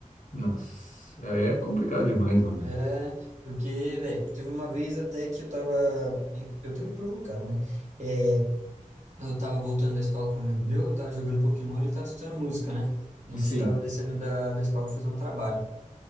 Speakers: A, on the left; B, on the right.
A: Nossa. É complicado demais, mano.
B: É, porque, velho, teve uma vez até que eu tava, né, eu também provocava, né? É, Eu tava voltando da escola com um amigo meu, eu tava jogando Pokémon e ele tava escutando música, né? A gente
A: Sim.
B: tava descendo da, da escola pra fazer um trabalho.